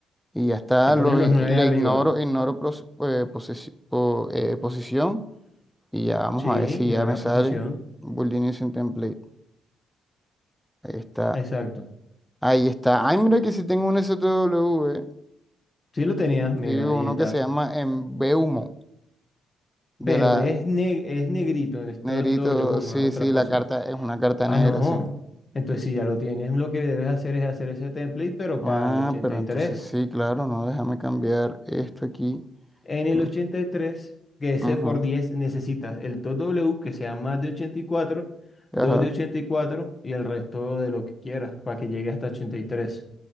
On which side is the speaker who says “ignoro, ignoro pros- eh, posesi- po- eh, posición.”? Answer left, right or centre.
Centre